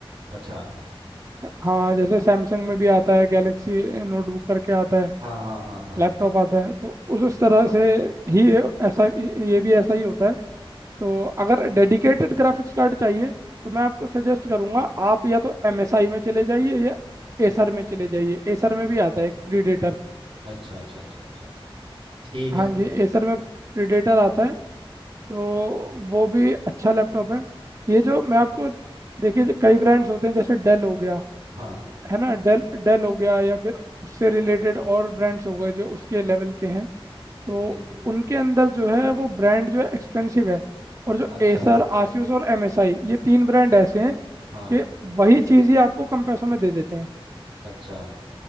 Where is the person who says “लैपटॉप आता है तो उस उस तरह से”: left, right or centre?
Right